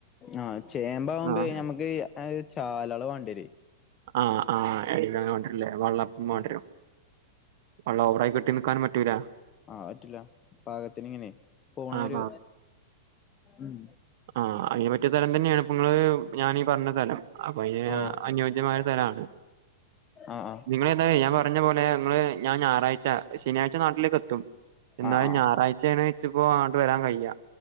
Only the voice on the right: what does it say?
ആഹ്
ആ ആ് എടേൽ വാണ്ട്യർല്ലേ വെള്ളം വാണ്ട്യരും
വള്ളം ഓവറായി കിട്ടി നിൽക്കാനും പറ്റൂല
ആഹ്
ആ അതിന് പറ്റിയ സ്ഥലം തന്നെയാണ് ഇപ്പങ്ങള് ഞാനീ പറഞ്ഞ സ്ഥലം അപ്പൊ അയ്ന്
അനുയോജ്യമായ അ
നിങ്ങളേതാലു ഞാൻ പറഞ്ഞ പോലെ നിങ്ങള് ഞാൻ ഞായറാഴ്ച ശനിയാഴ്ച നാട്ടിലേക്ക് എത്തും എന്നാലും
ഞായറാഴ്ചാണ് ഇച്ചിപ്പോ അങ്ങണ്ട് വരാൻ കയ്യാ.